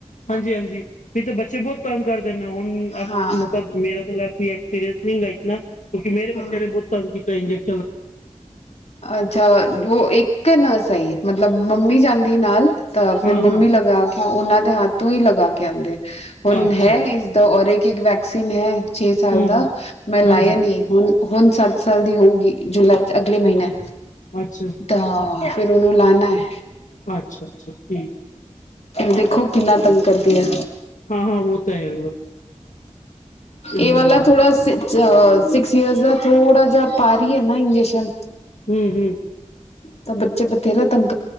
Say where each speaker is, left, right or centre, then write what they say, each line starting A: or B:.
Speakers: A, on the left; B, on the left.
A: ਹਾਂਜੀ ਹਾਂਜੀ ਵੀ ਤਾਂ ਬੱਚੇ ਬਹੁਤ ਤੰਗ ਕਰਦੇ। ਨਾ ਹਣ
B: ਹਾਂ,
A: ਮਤਲਬ ਮੇਰਾ ਤਾਂ ਲਫ ਐਸਪੀਰਅਨਸ ਨਹੀਂ ਗਾਾਈਤ ਨਾ। ਕਿਉਕ ਮੇਰੇ ਬੱਚਿਆਂ
B: ਹਾਂ।
A: ਨੇ ਬਹੁਤ ਕੀਤਾ ਇੰਜਕਟ।
B: ਅੱਛਾ ਉਹ ਇੱਕ ਨਾ ਸਹੀ ਮਤਲਬ। ਮਤਲਬ ਮੰਮੀ ਜਾਂਦੀ ਨਾਲ ਤਾਂ ਫਿਰ
A: ਹਾਂ-ਹਾਂ
B: ਮੰਮੀ ਲਗਾ ਕੇ ਉਹਨਾਂ ਦੇ ਹੱਥ ਹੀ ਲਗਾ ਕੇ ਆਉਂਦੇ। ਹੁਣ
A: ਅੱਛਾ-ਅੱਛਾ
B: ਹੈ ਇਸਦਾ ਔਰ ਇੱਕ ਇੱਕ ਵੈਕਸੀਨ ਹੈ। ਛੇ ਸਾਲ
A: ਹੂੰ-ਹੂੰ
B: ਦਾ ਮੈਂ ਲਾਇਆ
A: ਹਾਂਜੀ
B: ਨੀ ਹੁਣ ਹੁਣ ਸੱਤ ਸਾਲ ਦੀ ਹੋਊ। ਜੁਲਾਈ ਚ ਅਗਲੇ ਮਹੀਨੇ
A: ਅੱਛਾ-ਅੱਛਾ-ਅੱਛਾ-ਅੱਛਾ
B: ਤਾਂ ਫਿਰ ਉਹਨੂੰ ਲਾਉਣਾ ਹੈ।
A: ਅੱਛਾ ਅੱਛਾ ਠੀਕ।
B: ਦੇਖੋ ਕਿੰਨਾ ਤੰਗ ਕਰਦੀ ਆ
A: ਹਾਂ ਹਾਂ ਉਹ ਤਾਂ ਹੈ ਹੂੰ-ਹੂੰ-ਹੂੰ
B: ਇਹ ਵਾਲ ਥੋੜਾ ਸ ਸਿਕਸ ਅਰਸ ਦਾ ਥੋੜਾ ਜਿਹਾ ਪ ਬ ਨਾ ਇੰਜੈਕਸ਼ਨ
A: ਹਮ ਹਮ
B: ਤਾਂ ਬੱਚੇ ਬਥੇਰੇ ਤੰ